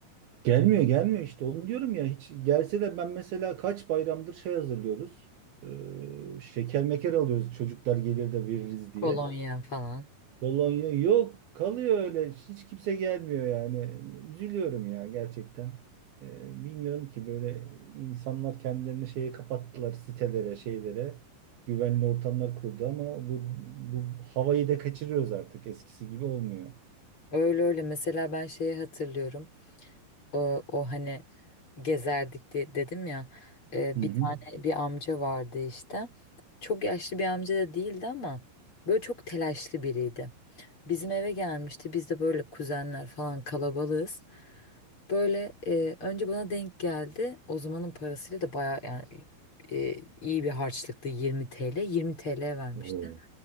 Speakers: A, on the right (about 65°); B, on the left (about 30°).
A: Gelmiyor gelmiyor işte onu diyorum ya hiç gelse de ben mesela kaç bayramdır şey hazırlıyoruz. Ee, şeker meker alıyoruz çocuklar gelir de veririz
B: Kolonya
A: diye.
B: falan.
A: Bologna yok kalıyor öyle hiç kimse gelmiyor yani. Üzülüyorum ya gerçekten. Ee, bilmiyorum ki böyle insanlar kendilerini şeye kapattılar sitelere şeylere. Güvenli ortamlar kurdu ama bu, bu havayı da kaçırıyoruz artık eskisi gibi olmuyor.
B: Öyle öyle mesela ben şeyi hatırlıyorum o, o hani gezerdik diye dedim ya e,
A: Hı hı.
B: bir tane bir amca vardı işte çok yaşlı bir amca da değildi ama böyle çok telaşlı biriydi. Bizim eve gelmişti biz de böyle kuzenler falan kalabalığız böyle e, önce bana denk geldi o zamanın parasıyla da baya yani e, iyi bir harçlıktı 20 TL 20 TL vermişti.
A: Oo.